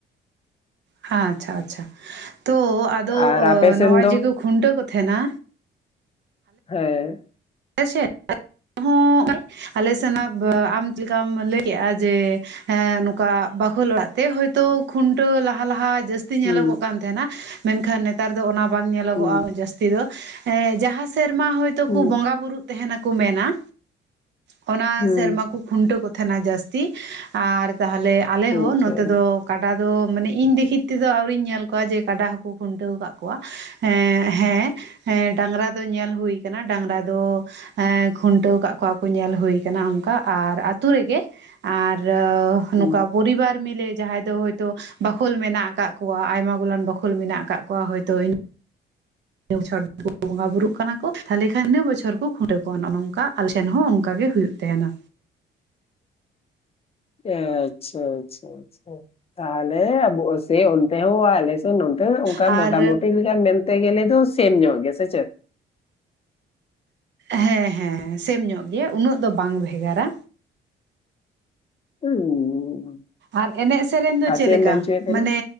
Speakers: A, on the right; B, on the left.
A: ᱦᱟᱸ ᱟᱪᱪᱷᱟ ᱟᱪᱪᱷᱟ, ᱛᱚ ᱟᱫᱚ
B: ᱟᱨ ᱟᱯᱮ ᱥᱮᱱ
A: ᱱᱚᱜ-ᱚᱭ
B: ᱫᱚ
A: ᱡᱮᱠᱚ ᱠᱷᱩᱱᱴᱟᱹᱣ ᱠᱚ ᱛᱟᱦᱮᱸᱱᱟ
B: ᱦᱮᱸ,
A: ᱦᱮᱸ ᱥᱮ <inaudible> ᱱᱚᱜ-ᱚᱭ ᱟᱞᱮ ᱥᱮᱱ ᱦᱚᱸ ᱟᱢ ᱪᱮᱫ ᱞᱮᱠᱟᱢ ᱞᱟᱹᱭ ᱮᱜ-ᱟ ᱡᱮ ᱦᱮᱸ ᱱᱚᱠᱟ ᱵᱟᱠᱷᱳᱞ ᱚᱲᱟᱜ ᱛᱮ ᱦᱳᱭ ᱛᱳ ᱠᱷᱩᱱᱴᱟᱹᱣ ᱞᱟᱦᱟ ᱞᱟᱦᱟ ᱡᱟᱹᱥ ᱛᱤ
B: ᱦᱩᱸ
A: ᱧᱮᱞᱚᱜᱚᱜ ᱠᱟᱱ ᱛᱟᱦᱮᱸᱱᱟ ᱢᱮᱱᱠᱷᱟᱱ ᱱᱮᱛᱟᱨ ᱫᱚ ᱚᱱᱟ ᱵᱟᱝ ᱧᱮᱞᱚᱜᱚᱜ-ᱟ
B: ᱦᱩᱸ
A: ᱡᱟᱹᱥ ᱛᱤ ᱫᱚ, ᱮᱸ ᱡᱟᱦᱟᱸ ᱥᱮᱨᱢᱟ ᱦᱚᱭᱛᱳ
B: ᱦᱩᱸ
A: ᱠᱳ ᱵᱚᱸᱜᱟ ᱵᱩᱨᱩᱜ ᱛᱟᱦᱮᱸᱱᱟ ᱠᱳ ᱢᱮᱱᱟ ᱚᱱᱟ
B: ᱦᱩᱸ
A: ᱥᱮᱨᱢᱟ ᱠᱩ ᱠᱷᱩᱱᱴᱟᱹ ᱠᱚ ᱛᱟᱦᱮᱸᱱᱟ ᱡᱟᱹᱥ ᱛᱤ ᱟᱨ ᱛᱟᱦᱚᱞᱮ ᱟᱞᱮ ᱦᱚᱸ
B: ᱟᱪᱪᱷᱟ
A: ᱱᱚᱛᱮ ᱫᱚ ᱠᱟᱰᱟ ᱫᱚ ᱢᱟᱱᱮ ᱤᱧ ᱫᱮᱠᱷᱤᱛ ᱛᱮᱫᱚ ᱟᱹᱣᱨᱤᱧ ᱧᱮᱞ ᱠᱚᱣᱟ ᱡᱮ ᱠᱟᱰᱟ ᱦᱚᱸ ᱠᱚ ᱠᱷᱩᱱᱴᱟᱹᱣ ᱠᱟᱜ ᱠᱚᱣᱟ, ᱮᱸ ᱦᱮᱸ ᱮᱸ ᱰᱟᱝᱨᱟ ᱫᱚ ᱧᱮᱞ ᱦᱩᱭ ᱠᱟᱱᱟ ᱰᱟᱝᱨᱟ ᱫᱚ ᱮᱸ ᱠᱷᱩᱱᱴᱟᱹᱣ ᱠᱟᱫ ᱠᱚᱣᱟ ᱠᱚ ᱧᱮᱞ ᱦᱩᱭ ᱠᱟᱱᱟ ᱚᱱᱠᱟ ᱟᱨ ᱟᱹᱛᱩ ᱨᱮ ᱜᱮ ᱟᱨ ᱱᱚᱠᱟ
B: ᱦᱩᱸ
A: ᱯᱚᱨᱤᱵᱟᱨ ᱢᱤᱞᱮ ᱡᱟᱦᱟᱸᱭ ᱫᱚ ᱦᱳᱭᱛᱳ ᱵᱟᱠᱷᱳᱞ ᱢᱮᱱᱟᱜ ᱟᱠᱟᱫ ᱠᱚᱣᱟ ᱟᱭᱢᱟ ᱜᱩᱞᱟᱱ ᱵᱟᱠᱷᱳᱞ ᱢᱮᱱᱟᱜ ᱟᱠᱟᱫ ᱠᱚᱣᱟ ᱦᱳᱭᱛᱳ <unintelligible> ᱠᱚ ᱵᱚᱸᱜᱟ ᱵᱩᱨᱩᱜ ᱠᱟᱱᱟ ᱠᱚ ᱛᱟᱦᱚᱞᱮ ᱠᱷᱟᱱ ᱤᱱᱟᱹ ᱵᱚᱪᱷᱚᱨ ᱠᱚ ᱠᱷᱩᱱᱴᱟᱹᱣ ᱠᱚᱣᱟ ᱱᱚᱜ ᱱᱚᱝᱠᱟ ᱟᱞᱮ ᱴᱷᱮᱱ ᱦᱚᱸ ᱚᱱᱠᱟ ᱜᱮ ᱦᱩᱭᱩᱜ ᱛᱟᱦᱮᱸᱱᱟ᱾
B: ᱟᱪᱪᱷᱟ ᱟᱪᱪᱷᱟ ᱟᱪᱪᱷᱟ, ᱛᱟᱦᱚᱞᱮ ᱟᱵᱚ ᱥᱮᱭ ᱚᱱᱛᱮ ᱦᱚᱸ ᱟᱞᱮ ᱱᱚᱛᱮᱦᱚᱸ ᱚᱱᱠᱟ
A: ᱟᱨ
B: ᱢᱚᱴᱟ ᱢᱩᱴᱤ ᱞᱮᱠᱟ ᱢᱮᱱ ᱛᱮ ᱜᱮᱞᱮ ᱫᱚ ᱥᱮᱢ ᱧᱚᱜ ᱜᱮ ᱥᱮ ᱪᱮᱫ?
A: ᱦᱮᱸ ᱦᱮᱸ ᱦᱮᱸ ᱥᱮᱢ ᱧᱚᱜ ᱜᱮᱭᱟ ᱩᱱᱟᱹᱜ ᱫᱚ ᱵᱟᱝ ᱵᱷᱮᱜᱟᱨᱟ᱾
B: ᱦᱩᱸ
A: ᱟᱨ ᱮᱱᱮᱡ ᱥᱮᱨᱮᱧ ᱫᱚ
B: ᱟᱨ
A: ᱪᱮᱫ ᱞᱮᱠᱟ
B: ᱮᱢ ᱢᱮᱱ ᱦᱚᱪᱚᱭᱮᱫ ᱛᱟᱦᱮᱱᱟ
A: ᱢᱟᱱᱮ